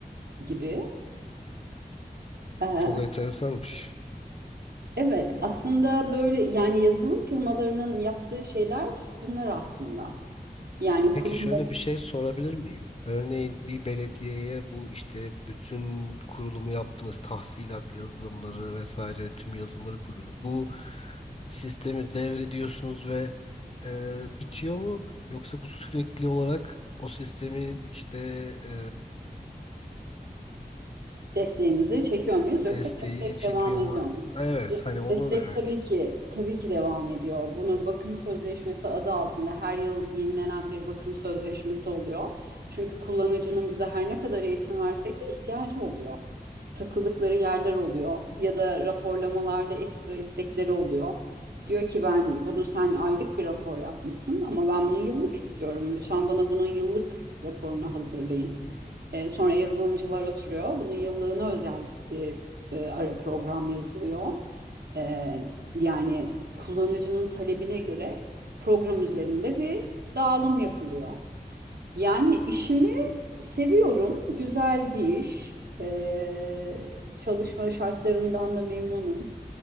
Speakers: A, on the right (about 85°); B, on the left (about 40°).
A: gibi. Ee,
B: Çok enteresanmış.
A: evet, aslında böyle yani yazılım firmalarının yaptığı şeyler bunlar aslında. Yani
B: Peki
A: kurum
B: şöyle bir şey sorabilir miyim? Örneğin bir belediyeye bu işte bütün kurulumu yaptığınız tahsilat yazılımları vesaire tüm yazılımları kurulu. Bu sistemi devrediyorsunuz ve e, bitiyor mu? Yoksa bu sürekli olarak o sistemin işte e,
A: Desteğimizi çekiyor muyuz yoksa
B: desteği
A: destek
B: çekiyor
A: devam ediyor
B: mu?
A: mu?
B: Evet,
A: De-
B: hani onu
A: Destek
B: merak
A: tabii
B: ettim.
A: ki tabii ki devam ediyor. Bunu bakım sözleşmesi adı altında her yıl yenilenen bir bakım sözleşmesi oluyor. Çünkü kullanıcının bize her ne kadar eğitim versek de ihtiyacı oluyor. Takıldıkları yerler oluyor ya da raporlamalarda ekstra istekleri oluyor. Diyor ki ben bunu sen aylık bir rapor yapmışsın ama ben bunu yıllık istiyorum. Lütfen bana bunun yıllık raporunu hazırlayın. E, sonra yazılımcılar oturuyor. Bunun yıllığına özel bir e, ara program yazılıyor. E, yani kullanıcının talebine göre program üzerinde bir dağılım yapılıyor. Yani işimi seviyorum. Güzel bir iş. E, çalışma şartlarından da memnunum.